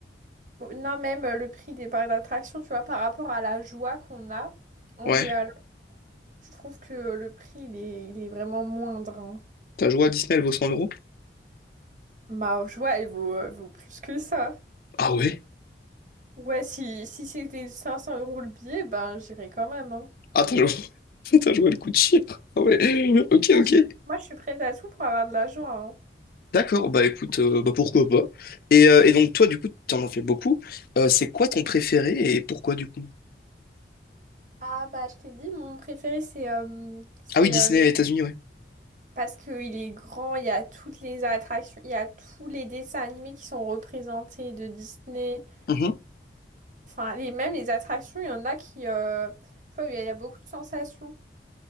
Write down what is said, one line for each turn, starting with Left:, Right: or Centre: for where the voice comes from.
Right: Non, même euh, le prix des parcs d'attraction, tu vois, par rapport à la joie qu'on a en
Left: Ouais.
Right: y allant, je trouve que euh, le prix, il est, il est vraiment moindre. hein.
Left: T'as joué à Disney, elle vaut 100 euros?
Right: Ma joie, elle vaut, euh, vaut plus que ça.
Left: Ah ouais?
Right: Ouais, si, si c'était 500 euros le billet, ben j'irais quand même. hein.
Left: Ah, t'as joué... <laughs> t'as joué le coup de chire. Ah ouais. Ok,
Right: Ah,
Left: ok.
Right: je t'ai- Moi, je suis prête à tout pour avoir de la joie. hein.
Left: D'accord, bah écoute, euh, bah pourquoi pas. Et, euh, et donc toi, du coup, t'en as fait beaucoup. Euh, c'est quoi ton préféré et pourquoi du coup?
Right: Ah, bah, je t'ai dit, mon préféré, c'est euh, c'est
Left: Ah oui, Disney
Right: euh, le-
Left: États-Unis, ouais.
Right: parce qu'il est grand, il y a toutes les attractions, il y a tous les dessins animés qui sont représentés de Disney.
Left: Mhm.
Right: Enfin, les, même les attractions, il y en a qui. euh, tu vois, il y, a il y a beaucoup de sensations.